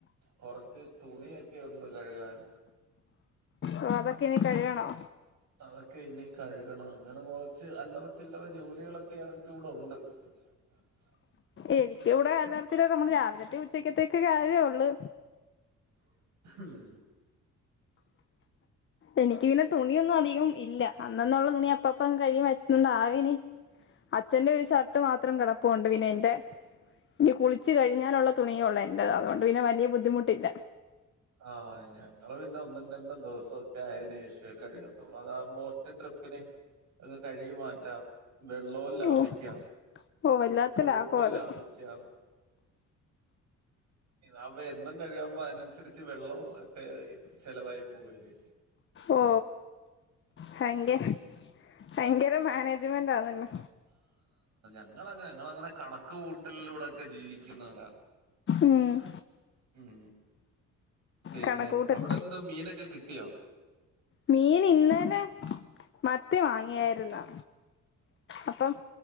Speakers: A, on the right; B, on the left.
A: കുറച്ച് തുണിയൊക്കെ ഉണ്ട് കഴുകൻ
B: ഓ അതൊക്കെ ഇനി കഴുകണോ
A: അതൊക്കെ ഇനി കഴുകണം അങ്ങനെ കൊറച്ച് അല്ലവ ചില്ലറ ജോലികളൊക്കെ ഞനക്ക് ഇവിടെ ഉണ്ട് <unintelligible>
B: എനിക്കിവിടെ അല്ലറച്ചില്ലറ നമ്മള് രാവിലത്തെ ഉച്ചയ്ക്കത്തേക്ക് കാര്യേ ഉള്ളൂ
A: ഉം
B: എനിക്ക് പിന്നെ തുണിയൊന്നും അധികം ഇല്ല അന്നന്നുള്ള തുണി അപ്പപ്പ കഴികി വച്ചൊണ്ട് ആകേനി അച്ഛന്റെ ഒരു ഷർട്ട് മാത്രം കിടപ്പുണ്ട് പിന്നെ എൻ്റ ഇനി കുളിച്ചു കഴിഞ്ഞാലുള്ള തുണിയള്ള എന്റെ അതുകൊണ്ട് പിന്നെ വലിയ ബുദ്ധിമുട്ടില്ല
A: ആ ഞങ്ങള് പിന്നെ ഒന്നും രണ്ടും ദിവസൊക്കെ ആയന്ശേഷം കഴുക ത്തള്ളൂ അതകുമ്പോ ഒറ്റ ട്രിപ്പിന് ഒങ് കഴുകി മാറ്റാം വെള്ളവും ലാഭിക്കാം
B: ഓ ഓ വല്ലാത്ത
A: സോപ്പും
B: ലാഭം അത്
A: ലാഭിക്കാം ഇതാകുബൊ എന്നും കഴിയുമ്പോ അതനനുസരിച്ച് വെള്ളവും ഒക്കെ ചെലവായി പോവില്ലേ
B: ഓ ഭയങ്കര ഭയങ്കര മാനേജ്മെന്റ് ആണല്ലേ
A: ഇങ്ങള ഇങ്ങള അങ്ങനെ കണക്ക് കൂട്ടലിലൂടൊക്കെ ജീവിക്കുന്നവരാ
B: ഉം
A: ഉം പിന്നെ
B: കണക്കൂട്ടൽ
A: അവിടെ എന്തോ മീനൊക്കെ കിട്ടിയോ
B: മീൻ ഇന്നലെ മത്തി വാങ്ങിയായിരുന്നു അപ്പൊ-